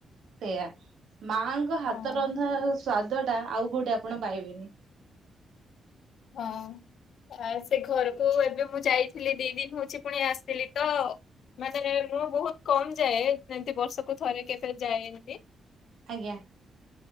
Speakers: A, on the right; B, on the left.
A: ସେଇୟା ମାଙ୍କ ହାତ
B: ହଁ
A: ରନ୍ଧା ସ୍ଵାଦ ଟା ଆଉ କୋଉଟି ଆପଣ ପାଇବେନି।
B: ହଁ ଆ ସେ ଘରକୁ ଏବେ ମୁଁ ଯାଇ ଥିଲି ଦି ଦିନ ହଉଛି ପୁଣି ଆସିଥିଲି ତ ମାନେ ମୁଁ ବହୁତ କମ ଯାଏ ଏମତି ବର୍ଷକୁ ଥରେ କେବେ ଯାଏ ଏମତି
A: ଆଜ୍ଞା!